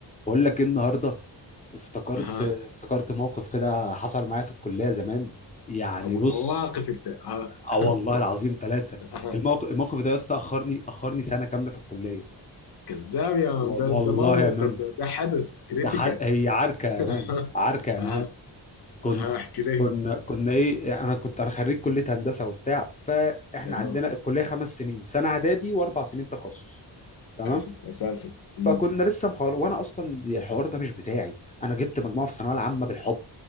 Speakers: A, on the left; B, on the left.
A: بقول لك ايه النهارده افتكرت
B: اها
A: افتكرت موقف كده حصل معايا في الكليه زمان يعني
B: ابو
A: بص
B: المواقف انت اها <laughs>
A: اه والله العظيم ثلاثه
B: اها
A: الموقف الموقف ده يا اسطى اخرني اخرني سنه كامله في الكليه
B: كذاب يا مان
A: و-
B: ده
A: والله
B: ده ما موقف
A: يا مان
B: ده ده حدث كريتيكال
A: ده حد هي عركه
B: <laughs>
A: يا
B: اها
A: مان عركه يا
B: اها
A: مان كنت
B: اها احكي لي
A: كنا كنا ايه انا كنت انا خريج كليه هندسه وبتاع فاحنا
B: تمام
A: عندنا الكليه خمس سنين سنه اعدادي واربع سنين تخصص تمام
B: اسف اساسا أمم.
A: فكنا لسه مخلص وانا اصلا الحوار ده مش بتاعي انا جبت مجموعه في الثانويه العامه بالحب